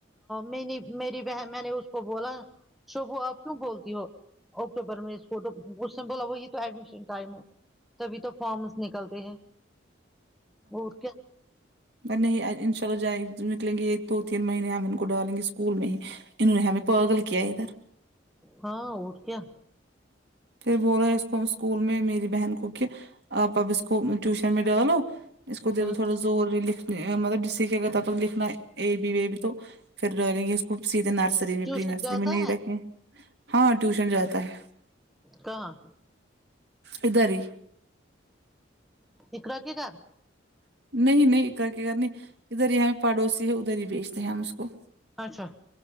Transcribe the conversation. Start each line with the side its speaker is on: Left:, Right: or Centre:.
Centre: میں نے میری بہن میں نے اس کو بولا وہ آپ کیوں بولتی ہو اکٹوبر میں اس کو تو اس نے بولا وہ یہ تو ایڈمیشن ٹائم ہو تبھی تو فارمس نکلتے ہیں اور کیا
Right: نہیں ان شاء اللہ جائے نکلیں گے یہ دو تین مہینے ہم ان کو ڈالیں گے اسکول میں ہی انہوں نے ہے ہمیں پاگل کیا ادھر
Centre: ہاں اور کیا
Right: پھر بول رہے اس کو اسکول میں میری بہن کو کہ آپ اب اس کو ٹیوشن میں ڈالو اس کو دے
Centre: ہ
Right: دو تھوڑا زور لکھ مطلب جسے کہ اگر تب لکھنا اے بی اے بی تو پھر ڈرے گی وہ سیدھے نرسری میں
Centre: ٹیوشن
Right: پری نرسری
Centre: جاتا
Right: میں نہیں
Centre: ہے
Right: رکھے ہاں ٹیوشن جاتا ہے
Centre: کہاں
Right: ادھر ہی
Centre: اقرا کے گھر
Right: نہیں نہیں اقرا کے گھر نہیں ادھر ہی ہے ہمارے پڑوسی ہے ادھر ہی بیھچتے ہیں ہم اس کو
Centre: اچھا